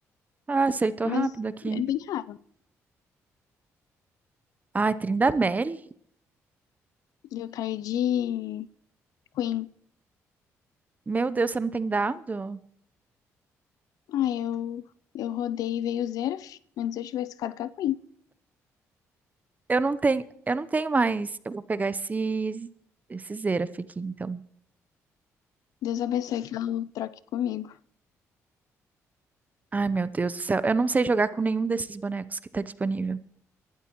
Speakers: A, on the right; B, on the left.
A: Ah, aceitou
B: Mas
A: rápido aqui.
B: é bem raro.
A: Ai, Trindamere?
B: Eu caí de Queen.
A: Meu Deus, você não tem dado?
B: Ah, eu, eu rodei e veio o Zeraf. Antes eu tivesse ficado com a Queen.
A: Eu não tenho, eu não tenho mais. Eu vou pegar esse, esse Xerath aqui, então.
B: Deus abençoe que ela troque comigo.
A: Ai, meu Deus do céu. Eu não sei jogar com nenhum desses bonecos que tá disponível.